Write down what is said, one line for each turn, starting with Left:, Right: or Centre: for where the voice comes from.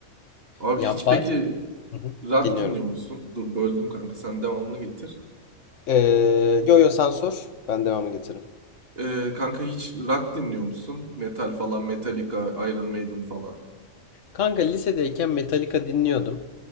Right: Abi
Left: Ya
Right: hiç
Left: bazen
Right: peki
Left: Hı hı,
Right: rock
Left: dinliyorum.
Right: dinliyor musun? Dur böldüm kanka sen devamını getir.
Left: Ee, yo yo sen sor. Ben devamını getiririm.
Right: Ee, kanka hiç rock dinliyor musun? Metal falan, Metallica, Iron Maiden falan.
Left: Kanka lisedeyken Metallica dinliyordum.